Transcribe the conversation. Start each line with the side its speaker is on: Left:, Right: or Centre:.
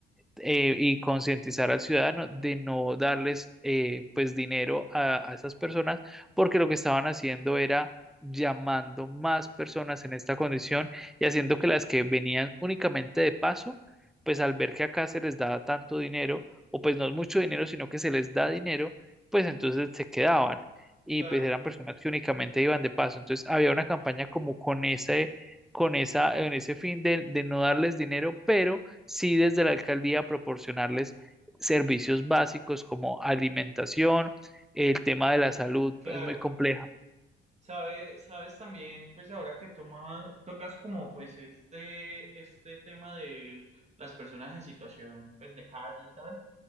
Centre: eh, y concientizar al ciudadano de no darles eh, pues dinero a, a esas personas porque lo que estaban haciendo era llamando más personas en esta condición y haciendo que las que venían únicamente de paso, pues al ver que acá se les daba tanto dinero, o pues no es mucho dinero, sino que se les da dinero, pues entonces se quedaban y
Right: Claro,
Centre: pues eran personas que únicamente iban de paso. Entonces había una campaña como con ese, con esa, en ese fin de, de no darles dinero, pero sí desde la alcaldía proporcionarles servicios básicos como alimentación, el tema de la salud
Right: claro.
Centre: es muy complejo.
Right: Sabe, sabes también, pues ahora que toma, tocas como pues este, este tema de las personas en situación pues de calle y tal.